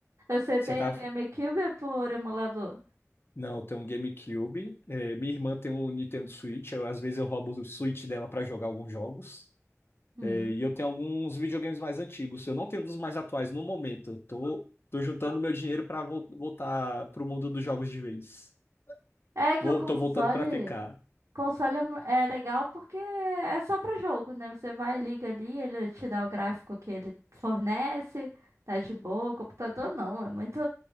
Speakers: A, on the right; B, on the left.
A: Você tem
B: Você tá.
A: o GameCube por emulador?
B: Não, eu tenho um GameCube. É, minha irmã tem um Nintendo Switch. Eu, às vezes eu roubo o Switch dela para jogar alguns jogos.
A: Hum.
B: É, e eu tenho alguns videogames mais antigos. Eu não tenho um dos mais atuais no momento. Eu tô, tô juntando meu dinheiro para voltar pro mundo dos jogos de vez.
A: É que
B: Vou,
A: o console,
B: tô voltando para ficar.
A: console é mu- é legal porque é só pra jogo, né? Você vai, liga ali, ele te dá o gráfico que ele fornece, tá de boa. O computador não, é muito.